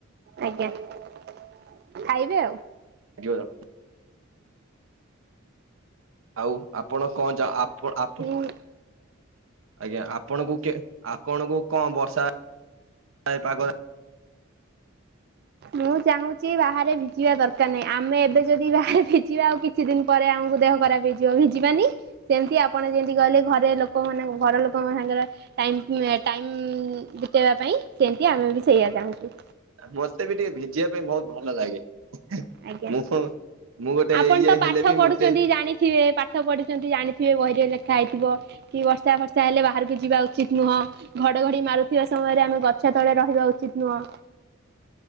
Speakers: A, on the right (about 50°); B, on the right (about 75°).
A: ଆଜ୍ଞା ଖାଇବେ ଆଉ।
B: ଗିଅର। ଆଉ ଆପଣ କଁ ଯା ଆପ ଆପ
A: ଉଁ
B: ଆଜ୍ଞା ଆ ପଣଙ୍କୁ କେ ଆପଣଙ୍କୁ କଁ ବର୍ଷା ଏ ପାଗରେ
A: ମୁଁ ଚାହୁଁଚି ବାହାରେ ଭିଜିବା ଦରକାର ନାହିଁ ଆମେ ଏବେ ଯଦି ବାହାରେ ଭିଜିବା ଆଉ କି କଛି ଦିନ ପରେ ଆମୁକୁ ଦେହ ଖରାପ ହେଇଯିବ ଭିଜିବାନି। ସେମତି ଆପଣ ଯେନ୍ତି କହିଲେ ଘରେ ଲୋକମାନେ ଘର ଲୋକଙ୍କ ସାଙ୍ଗେରେ ଟାଇମ୍ ଏ ଟାଇମ୍ ବିତେଇବା ପାଇଁ ସେମତି ଆମେ ବି ସେଇଆ ଚାହୁଁଚୁ।
B: ମତେ ବି ଟିକେ ଭିଜିବା ପାଇଁ ବହୁତ ଭଲ ଲାଗେ।
A: ଆଜ୍ଞା
B: ମୁଁ ମୁଁ ଗୋଟେ
A: ଆପଣ
B: ଇଏ
A: ତ
B: ହେଲେ
A: ପାଠ
B: ବି
A: ପଢ଼ୁଛନ୍ତି
B: ମତେ
A: ଜାଣିଥିବେ ପା ଠ ପଢ଼ିଛନ୍ତି ଜାଣିଥିବେ ବହିରେ ଲେଖା ହେଇଥିବ କି ବର୍ଷା ଫର୍ଷା ହେଲେ ବାହାରୁକୁ ଯିବା ଉଚିତ୍ ନୁହଁ। ଘଡ଼ଘଡ଼ି ମାରୁଥିବା ସମୟରେ ଆମେ ଗଛ ତଳେ ରହିବା ଉଚିତ ନୁହଁ।